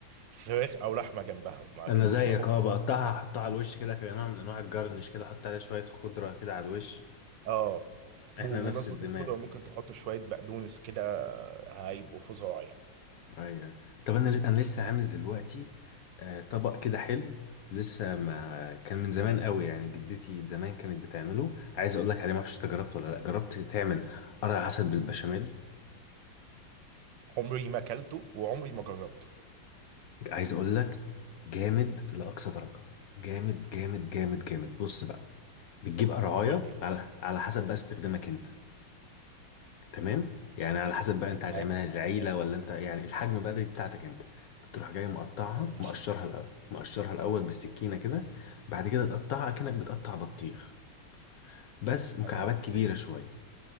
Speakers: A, on the right (about 70°); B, on the left (about 75°).
A: فراخ او لحمة جنبها لكن
B: انا زيك
A: مش بحط
B: اه بقطعها احطها على الوش كده كنوع من انواع الجرنش كده احط عليها شويه خضره كده على الوش
A: اه بمناسبة
B: احنا نفس الدماغ
A: الخضرة ممكن تحط شوية بقدونس كده هيبقوا فظاع يعني
B: ايوه طب انا ل- انا لسه عامل دلوقتي آه، طبق كده حلو لسه ما كان من زمان قوي يعني جدتي زمان كانت بتعمله عايز اقول لك عليه ما اعرفش انت جربته ولا لا جربت تعمل قرع عسل بالبشاميل
A: عمري ما اكلته وعمري ما جربته
B: عايز اقول لك جامد لاقصى درجه جامد جامد جامد جامد بص بقى بتجيب قرعايه
A: قول لي ماشي
B: على على حسب بقى استخدامك انت تمام يعني على حسب بقى انت هتعملها
A: معاك
B: للعيله
A: تمام
B: ولا انت يعني الحجم بقى دي بتاعتك انت بتروح جاي مقطعها
A: ماشي
B: مقشرها الاول مقشرها الاول بالسكينه كده بعد كده تقطعها اكنك بتقطع بطيخ بس مكعبات
A: تمام
B: كبيره شويه